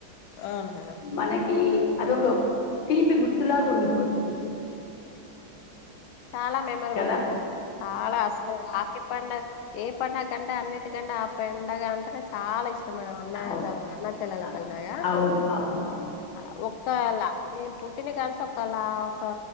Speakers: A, on the left (about 90°); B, on the left (about 70°).
A: అవును మేడం
B: మనకి అదొక తీపి గుర్తులాగ ఉండిపోతుంది.
A: చాల మెమరబుల్
B: కదా
A: మేడం చాలా అసలు రాఖీ పండ ఏ పండగ కంటే అన్నిటికంటే ఆ పెండగ అంటనే, చాలా ఇష్టం మేడం అన్నజ
B: అవును
A: అన్నా చెల్లెల
B: అవును
A: పల్నాయ
B: అవును అవును అవు
A: చాల ఒక్క లాబ్ జిమ్ పుట్టిన కాంచీ ఒకలా ఒక